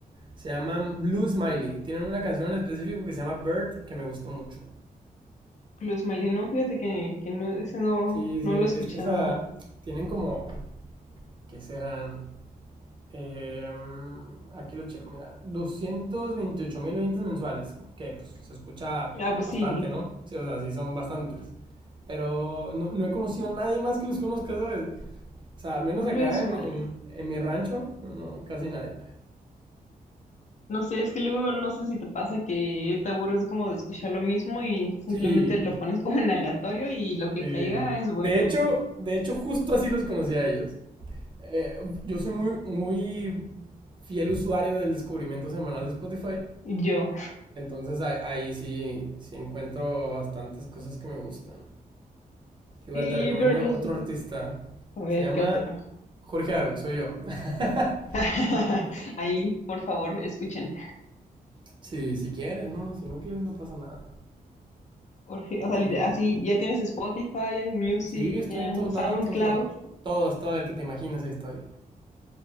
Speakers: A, on the right; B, on the left.
A: Se llaman Blue Smiley. Tienen una canción en específico que se llama Bird que me gusta mucho.
B: Blues Smiley, no, fíjate que, que no, ese no,
A: Sí, sí,
B: no lo he escuchado.
A: es que esa... Tienen como... ¿Qué serán? Eh, aquí lo checo, mira. doscientos veintiocho mil oyentes mensuales, que pues, se escucha
B: Ah, pues
A: bastante,
B: sí.
A: ¿no? Sí, o sea, sí son bastantes. Pero no, no he conocido a nadie más que los conozca, ¿sabes? O sea, al menos
B: Blues
A: acá en,
B: Smiley.
A: mi- en- en mi rancho, no, no, casi nadie.
B: No sé, es que luego no sé si te pasa que te aburres como de escuchar lo mismo y simplemente
A: Sí,
B: lo pones como en aleatorio y lo que
A: sí.
B: caiga es bueno.
A: De hecho, de hecho, justo así los conocí a ellos. Eh, yo soy muy, muy fiel usuario del descubrimiento semanal de Spotify.
B: Yo.
A: Entonces ahí, ahí sí, sí encuentro bastantes cosas que me gustan. Igual
B: Sí,
A: te recomiendo
B: pero no
A: otro
B: sé.
A: artista.
B: A ver,
A: Se llama
B: ¿qué otro?
A: Jorge Aru, soy yo. <laughs>
B: <laughs> Ahí, por favor, escuchen.
A: Sí, si quieres, ¿no? Si no quieres, no pasa nada.
B: Jorge, o sea, li-
A: Y
B: así, ya tienes Spotify, hay Music,
A: sí, estoy
B: ya,
A: en todos
B: SoundCloud.
A: lados, en todos lados. Todos, todo el que te imaginas, ahí estoy.